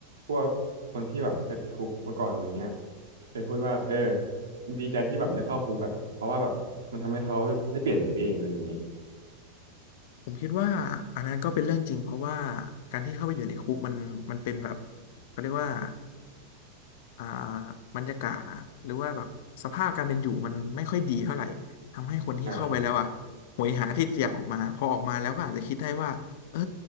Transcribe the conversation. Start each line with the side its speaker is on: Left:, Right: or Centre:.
Right: พวกคนที่แบบเคยติดคุกมาก่อนอะไรเงี้ยเคยพูดว่าเออดีใจที่แบบได้เข้าคุกอ่ะเพราะว่าแบบมันทำให้เขาได้เปลี่ยนตัวเองอะไรอย่างนี้
Left: ผมคิดว่าอันนั้นก็เป็นเรื่องจริงเพราะว่าการที่เข้าไปอยู่ในคุกมันมันเป็นแบบเขาเรียกว่า อ่าบรรยากาศอะหรือว่าแบบสภาพการเป็นอยู่มันไม่ค่อยดีเท่าไหร่ทำให้คนที่เข้าไปแล้วอ่ะโหยหาที่จะอยากออกมาพอออกมาแล้วก็อาจจะคิดได้ว่าเออ
Right: อ่าครับ